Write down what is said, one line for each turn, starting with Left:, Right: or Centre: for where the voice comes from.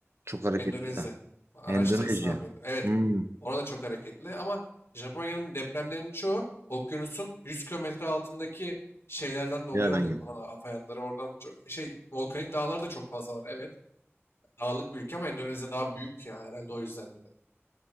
Right: Çok hareketli
Left: Endonezya.
Right: ya.
Left: Araştırırsın
Right: Endonezya.
Left: abi. Endo- Evet.
Right: Hmm.
Left: Orada çok hareketli ama Japonya'nın depremlerinin çoğu okyanusun 100 kilometre altındaki şeylerden dolayı
Right: Nereden
Left: oluyor
Right: geldi?
Left: falan. Hava hayatları oradan çok, şey volkanik dağları da çok fazla var. Evet. Dağlık bir ülke ama Endonezya daha büyük ya herhalde o yüzden bir de.